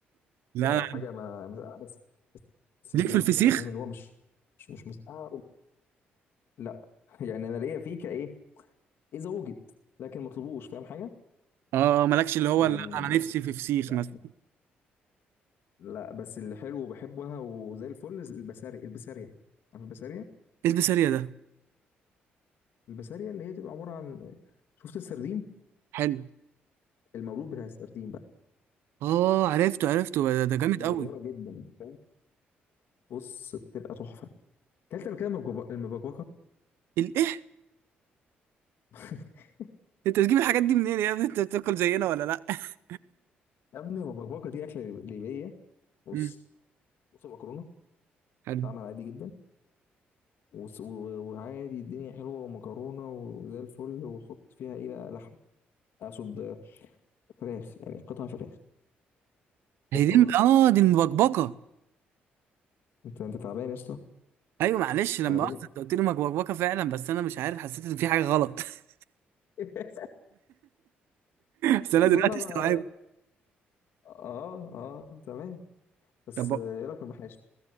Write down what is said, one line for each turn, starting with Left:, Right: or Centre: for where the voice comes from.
Right: لا
Left: ده
Right: لا،
Left: حاجه ما مسقعه بس بس بس
Right: ليك
Left: باللحمه
Right: في الفسيخ
Left: بقى فاهم اللي هو مش مش مش مسقعه بال- لا <laughs> يعني انا ليا فيه كايه اذا وجد لكن ما اطلبوش فاهم حاجه
Right: اه مالكش اللي هو
Left: يعني
Right: لا انا نفسي في فسيخ
Left: لا
Right: مثلا
Left: لا بس اللي حلو وبحبها وزي الفل البسارية البسارية عارف البسارية
Right: ايه البسارية ده
Left: البسارية اللي هي تبقى عبارة عن شفت السردين
Right: حلو
Left: المولود بتاع السردين بقى
Right: اه عرفته عرفته ده, ده جامد
Left: صغيرة
Right: قوي
Left: جدا فاهم بص بتبقى تحفة كلت قبل كده مبكبك- المبكبكة
Right: الايه
Left: <laughs>
Right: انت بتجيب الحاجات دي منين يا ابني انت بتاكل زينا ولا لا <laughs>
Left: يا ابني المبكبكة دي أكلة ليبية بص
Right: امم
Left: بص المكرونة
Right: حلو
Left: بتتعمل عادي جدا وص- و- وعادي الدنيا حلوة ومكرونة وزي الفل وحط فيها إيه بقى لحمة أقصد فراخ يعني قطع فراخ تتطبخ
Right: هي دي اه دي المبكبكه
Left: أنت أنت تعبان يا اسطى
Right: ايوه معلش لما
Left: ما أنا بقول
Right: اخذت انت قلت لي مبكبكه فعلا بس انا مش عارف حسيت ان في حاجه غلط <laughs>
Left: لك <laughs>
Right: بس انا
Left: اصل
Right: دلوقتي
Left: انا
Right: استوعبت
Left: اه اه تمام بس
Right: طب
Left: آه، ايه رايك في المحاشي